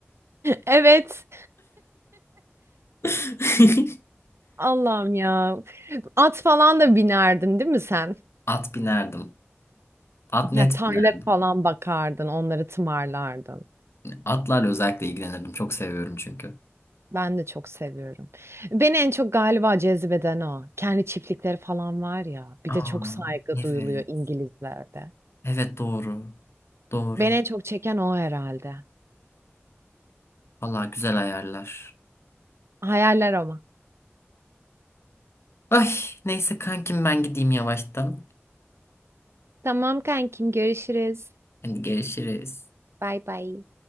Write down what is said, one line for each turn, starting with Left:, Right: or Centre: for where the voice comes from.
Right: Evet.
Left: <laughs>
Right: Allah'ım ya. At falan da binerdin değil mi sen?
Left: At binerdim. At net
Right: Ya tarla
Left: binerdim.
Right: falan bakardın, onları tımarlardın.
Left: Atlarla özellikle ilgilenirdim. Çok seviyorum çünkü.
Right: Ben de çok seviyorum. Beni en çok galiba cezbeden o. Kendi çiftlikleri falan var ya. Bir
Left: Aa,
Right: de çok saygı
Left: evet.
Right: duyuluyor İngilizlerde.
Left: Evet doğru. Doğru.
Right: Beni en çok çeken o herhalde.
Left: Vallahi güzel ayarlar.
Right: Hayaller ama.
Left: Ay neyse kankim ben gideyim yavaştan.
Right: Tamam kankim görüşürüz.
Left: Hadi görüşürüz.
Right: Bay bay.